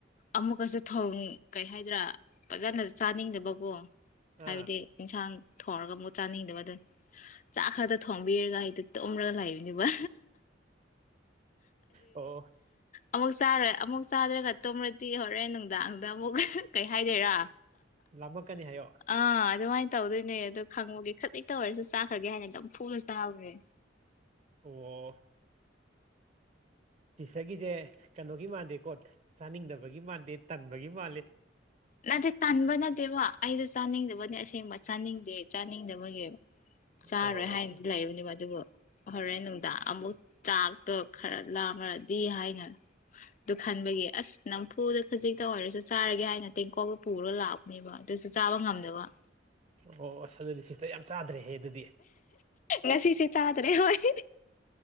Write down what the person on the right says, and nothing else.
ꯑꯥ
ꯑꯣ
ꯂꯥꯝꯃꯛꯀꯅꯤ ꯍꯥꯏꯌꯣ
ꯑꯣ ꯁꯇꯔꯒꯤꯁꯦ ꯀꯩꯅꯣꯒꯤ ꯃꯥꯟꯗꯦꯀꯣ ꯆꯥꯅꯤꯡꯗꯕꯒꯤ ꯃꯥꯟꯗꯦ ꯇꯟꯕꯒꯤ ꯃꯥꯜꯂꯤ
ꯑꯣ
ꯑꯣ ꯑꯁ ꯑꯗꯨꯗꯤ ꯁꯇꯔꯗꯤ ꯌꯥꯝ ꯆꯥꯗ꯭ꯔꯦꯍꯦ ꯑꯗꯨꯗꯤ